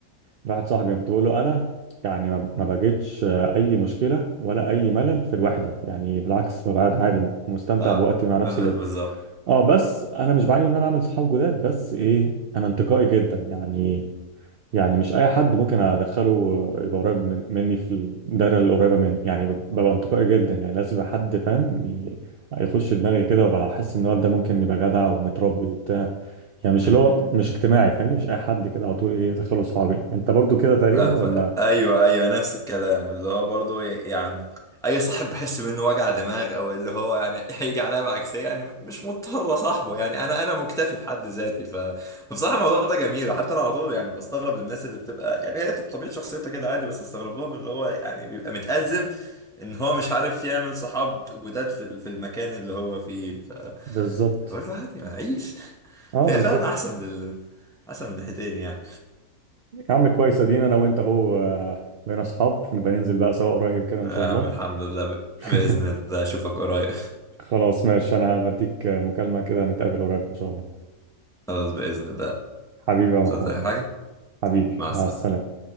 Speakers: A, on the right; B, in the centre.
A: لواحد صاحبي كنت بقول له انا يعني ما ما بجدش اي مشكله ولا اي ملل في الوحده يعني بالعكس ببقى قاعد عادي مستمتع
B: اه
A: بوقتي مع نفسي
B: بال-
A: جدا
B: بالظبط
A: اه بس انا مش بعاني ان انا اعمل صحاب جداد بس ايه انا انتقائي جدا يعني يعني مش اي حد ممكن ادخله يبقى قريب من- مني في الدايره اللي قريبه مني يعني ببقى انتقائي جدا يعني لازم يبقى حد فاهم ي- يخش دماغي كده وابقى احس ان الواد ده ممكن يبقى جدع ومتربي وبتاع يعني مش
B: مم.
A: اللي هو مش اجتماعي فاهمني مش اي حد كده على طول ايه ادخله صحابي انت برضو كده تقريبا
B: آه، ف...
A: ولا
B: ايوه ايوه نفس الكلام اللي هو برضو ي- يعني اي صاحب بحس منه وجع دماغ او اللي هو يعني <laughs> هيجي عليا بعكسيه يعني مش مضطر صاحبه يعني انا انا مكتفي بحد ذاتي ف... فبصراحه الموضوع ده جميل حتى انا على طول يعني بستغرب للناس اللي بتبقى يعني هي طبيعه شخصيتها كده عادي بس استغرب لهم اللي هو يعني بيبقى متأزم ان هو مش عارف يعمل صحاب جداد في ال- في المكان اللي هو فيه ف...
A: بالظبط
B: بقول له عادي هعيش
A: اه
B: فهي
A: بالظبط
B: فعلا احسن لل... احسن من ناحيتين يعني
A: يا عم كويس ادينا انا وانت اهو آه، بقينا اصحاب نبقى ننزل بقى سوا قريب كده ان
B: يا
A: شاء الله
B: عم الحمد لله ب...
A: <laughs>
B: باذن الله اشوفك قريب
A: خلاص ماشي انا بديك مكالمه كده نتقابل قريب ان شاء الله
B: <laughs> خلاص باذن الله
A: حبيبي يا محمود
B: زي حاجه
A: حبيبي
B: مع
A: مع
B: السلامه
A: السلامة